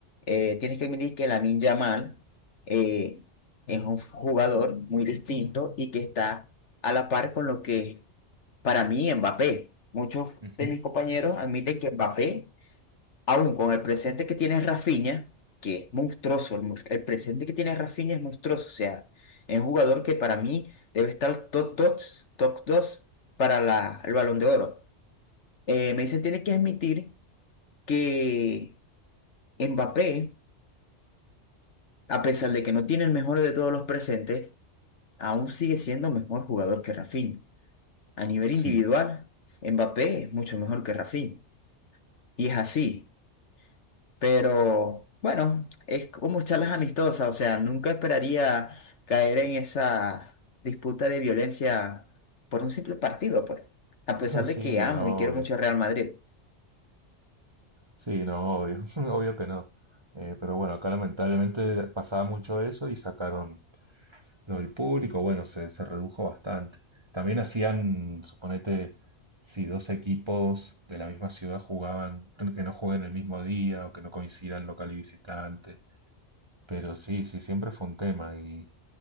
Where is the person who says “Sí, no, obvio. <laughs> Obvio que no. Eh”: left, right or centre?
Right